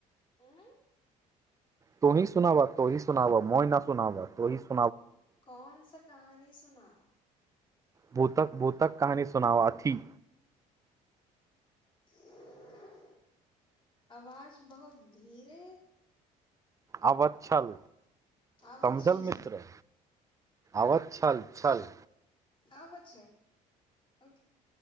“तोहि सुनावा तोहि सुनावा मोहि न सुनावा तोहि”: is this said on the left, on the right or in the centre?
Right